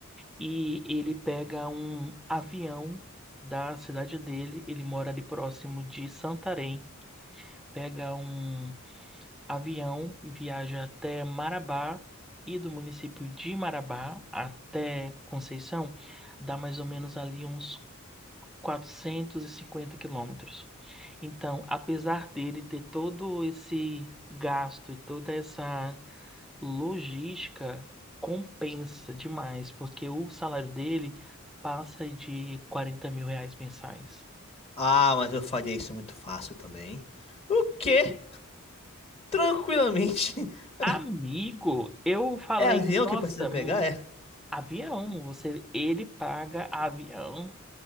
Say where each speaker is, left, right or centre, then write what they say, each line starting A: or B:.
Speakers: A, in the centre; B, on the left (about 30°).
A: E ele pega um avião da cidade dele, ele mora ali próximo de Santarém pega um avião, viaja até Marabá e do município de Marabá até Conceição, dá mais ou menos ali uns 450 quilômetros. Então, apesar dele ter todo esse gasto e toda essa logística, compensa demais, porque o salário dele passa de quarenta mil reais mensais.
B: Ah, mas eu faria isso muito fácil também. O quê? Tranquilamente. <laughs>
A: Amigo, eu falei,
B: É avião
A: nossa,
B: que precisa pegar? É.
A: Avião, você, ele paga avião,